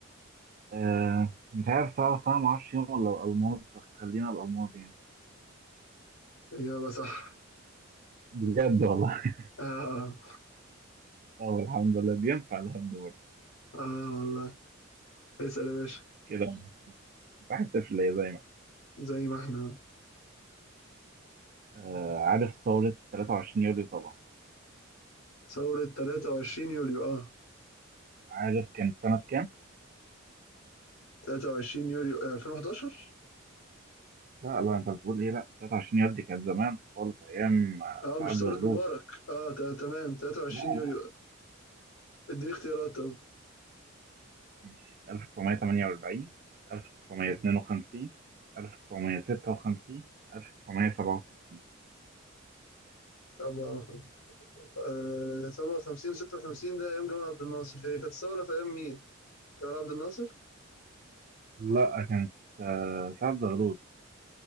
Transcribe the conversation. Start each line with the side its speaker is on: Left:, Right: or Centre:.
Right: آه مش عارف صعب صعب معرفش يوم ولا الألماظ فخلينا الألماظ يعني
Left: اجابه صح
Right: بجد والله <laughs>
Left: اه
Right: أه الحمد لله بينفع الهبد برضه
Left: اه والله اسال يا باشا
Right: كده واحد صفر ليا زي ما إحنا.
Left: زي ما احنا
Right: آه عارف ثورة 23 يوليو طبعا
Left: ثورة 23 يوليو اه
Right: عارف كانت سنة كام؟
Left: 23 يوليو آه، 2011
Right: لا لا أنت بتقول إيه لا 23 يوليو دي كانت زمان خالص أيام آه،
Left: اه مش
Right: سعد
Left: ثورة
Right: زغلول
Left: مبارك اه تا- تمام 23
Right: لا
Left: يوليو اديني اختيارات طب
Right: ماشي 1948 1952 1956 1967
Left: سبعة آه 57 و56 ده ايام جمال عبد الناصر هي كانت الثورة في ايام مين؟ جمال عبد الناصر
Right: لا كانت آه، سعد زغلول